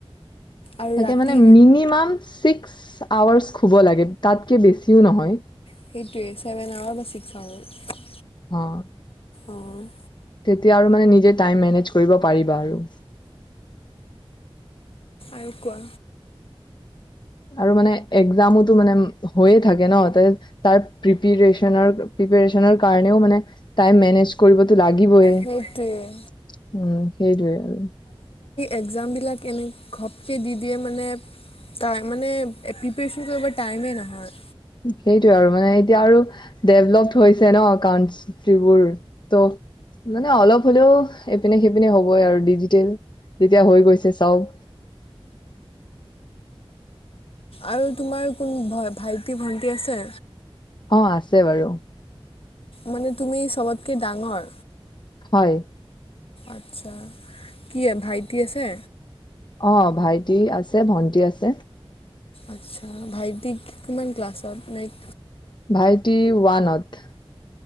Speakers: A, on the left; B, on the left.
A: আৰু
B: তাকে
A: ৰাতি
B: মানে মিনিমাম ছিক্স আৱাৰচ শুব লাগে তাতকে বেছিও নহয়।
A: সেইটোৱে ছেভেন আৱাৰ বা ছিক্স আৱাৰ।
B: অঁ,
A: অঁ উম
B: তেতিয়া আৰু মানে নিজে টাইম মেনেজ কৰিব পাৰিবা আৰু।
A: আৰু কোৱা।
B: আৰু মানে এক্সামটো মানে হৈয়ে থাকে ন তাৰ প্ৰিপচনৰ প্ৰিপৰেচনৰ কাৰণেও মানে টাইম মেনেজ কৰিবতো লাগিবয়ে। উম,
A: সেইটোৱে
B: সেইটোৱে আৰু।
A: এক্সাম বিলাক এনে ঘপকৈ দি দিয়ে মানে তাই, মানে, প্ৰিপেশচন কৰিব টাইমেই নহয়।
B: সেইটোয়ে আৰু মানে এতিয়া আৰু ডেভলপড হৈছে ন একাউ ফিবোৰ ত <unintelligible> মানে অলপ হ'লেও এপিনে সেইপিনে হ'বই আৰু ডিজিটেল। তেতিয়া হৈ গৈছে চব।
A: আৰু তোমাৰ কোন ভাইটি-ভন্টি আছে?
B: অঁ, আছে বাৰু।
A: মানে তুমি চবতকে ডাঙৰ?
B: হয়।
A: আচ্ছা, কি, ভাইটি আছে?
B: অঁ, ভাইটি আছে, ভন্টি আছে।
A: আচ্ছা ভাইটিক কিমান ক্লাছত নাইক
B: ভাইটি ওৱানত।